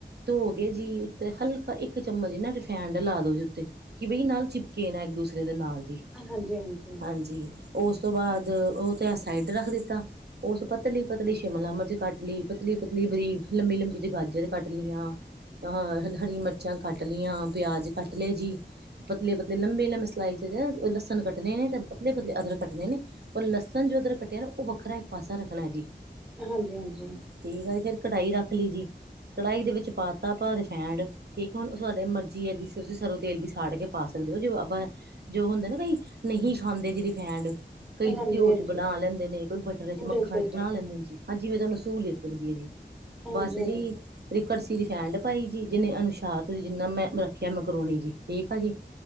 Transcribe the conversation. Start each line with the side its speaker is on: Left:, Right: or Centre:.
Right: ਧੋ ਕੇ ਜੀ ਉੱਤੇ ਹਲਕਾ ਇੱਕ ਚਮਚ ਨਾ ਰਿਫੈਨ ਲਾ ਦੋ ਜੀ ਉੱਤੇ ਕਿ ਬਈ ਨਾਲ ਚਿਪਕੇ ਨਾ ਇੱਕ ਦੂਸਰੇ ਦੇ ਨਾਲ ਜੀ।
Centre: ਹਾਂਜੀ-ਹਾਂਜੀ,
Right: ਹਾਂਜੀ, ਓਸ ਤੋਂ ਬਾਅਦ ਓ ਤੇ ਸਾਈਡ ਰੱਖ ਦਿੱਤਾ। ਉਸ ਪਤਲੀ-ਪਤਲੀ ਸ਼ਿਮਲਾ ਮਿਰਚ ਕੱਟ ਲਈ ਪਤਲੀ-ਪਤਲੀ ਬਰੀਕ ਲੰਬੀ-ਲੰਬੀ ਜੀ ਗਾਜਰ ਕੱਟ ਲਈਆਂ। ਆਹ ਹਰੀ ਮਿਰਚਾਂ ਕੱਟ ਲਈਆਂ ਪਿਆਜ਼ ਕੱਟ ਲਏ ਜੀ। ਪਤਲੇ ਪਤਲੇ, ਲੰਬੇ ਲੰਬੇ, ਸਲਾਈਸ ਲਸਣ ਕੱਟਣੇ ਨੇ ਤੇ ਪਤਲੇ ਪਤਲ, ਅਦਰਕ ਕੱਟਣੇ ਨੇ। ਪਰ ਲਸਣ ਜੋ ਉੱਧਰ ਕੱਟਿਆ ਨਾ ਉਹ ਵੱਖਰਾ ਇੱਕ ਪਾਸਾ ਰੱਖਣਾ ਜੀ।
Centre: ਹਾਂਜੀ ਹਾਂਜੀ,
Right: ਠੀਕ ਆ ਜੀ, ਫਿਰ ਕੜਾਹੀ ਰੱਖ ਲਈ ਜੀ। ਕੜਾਹੀ ਦੇ ਵਿੱਚ ਪਾਤਾ ਆਪਾ ਰਿਫਾਇਂਡ ਠੀਕ ਆ ਹੁਣ ਉਹ ਸਾਡੇ ਮਰਜ਼ੀ ਐ ਜੀ। ਤੁਸੀਂ ਸਰੋਂ ਤੇਲ ਵੀ ਸਾੜ ਕੇ ਪਾ ਸਕਦੇ ਹੋ ਜਿਵੇਂ ਆਪਾਂ। ਜੋ ਹੁੰਦਾ ਨਾ ਬਈ ਨਹੀਂ ਖਾਂਦੇ ਜੀ ਰਿਫੈਂਡ। ਕਈ
Centre: ਹਾਂਜੀ,
Right: ਘਿਓ
Centre: ਹਾਂਜੀ।
Right: ਚ ਬਣਾ ਲੈਂਦੇ ਨੇ ਕੋਈ ਬਟਰ ਚ ਮੱਖਣ
Centre: ਬਿਲਕੁਲ
Right: ਚ ਬਣਾ
Centre: ਜੀ,
Right: ਲੈਂਦੇ
Centre: ਹਾਂਜੀ,
Right: ਨੇ ਜੀ ਹਾਂਜੀ, ਜਿਵੇਂ ਤੁਹਾਨੂੰ ਸਹੂਲੀਅਤ ਹੁੰਦੀ ਐ ਜੀ।
Centre: ਹਾਂਜੀ,
Right: ਬੱਸ ਜੀ ਕੜਛੀ ਰਿਫਾਇਂਡ ਪਾਈ ਜੀ ਜਿੰਨੇ ਅਨੁਸਾਰ ਤੁਸੀਂ ਜਿੰਨਾ ਮੈਂ ਦੇਖਿਆ ਮੈਂ ਮਕਰੋਣੀ ਜੀ ਠੀਕ ਆ ਜੀ।